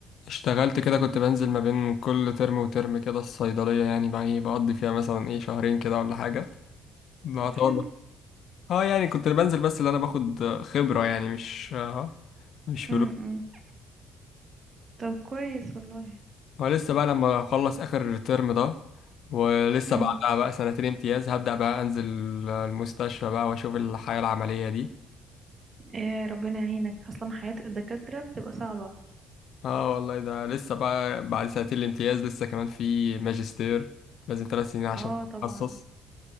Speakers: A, on the left (about 60°); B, on the right (about 40°).
A: اشتغلت كده كنت بنزل ما بين كل ترم وترم كده الصيدليه يعني بقى إيه، بقضي فيها مثلا ايه شهرين كده ولا حاجه بعتبر
B: طب حلو
A: اه يعني كنت بنزل بس اللي انا باخد خبره يعني مش آه، مش فلوس
B: امم طب كويس والله
A: ولسه بقى لما اخلص اخر ترم ده ولسه
B: امم
A: مم. بعدها بقى سنتين امتياز هبدأ بقى انزل المستشفى بقى واشوف الحياة العملية دي
B: يا ربنا يعينك اصلا حياة الدكاترة بتبقى صعبة
A: اه والله ده لسه بقى بعد سنتين الامتياز لسه كمان في ماجستير لازم ثلاث سنين عشان
B: اه
A: تتخصص
B: طبعا